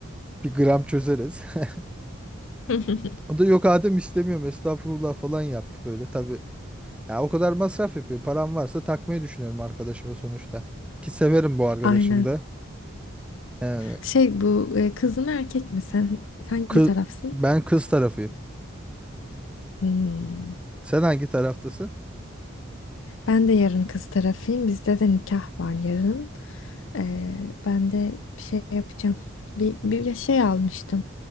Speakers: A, in the centre; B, on the left (about 70°).
A: Bir gram çözeriz. <laughs>
B: <laughs>
A: O da yok Adem istemiyorum estağfurullah falan yaptı böyle tabii. Ya o kadar masraf yapıyor. Param varsa takmayı düşünüyorum arkadaşıma sonuçta. Ki severim bu arkadaşım
B: Aynen.
A: da. Yani
B: Şey bu e, kız mı erkek mi sen hangi
A: Kız,
B: tarafsın?
A: ben kız tarafıyım.
B: Hmm.
A: Sen hangi taraftasın?
B: Ben de yarın kız tarafıyım. Bizde de nikah var yarın. Ee, ben de bir şey yapacağım. Bir, bir şey almıştım.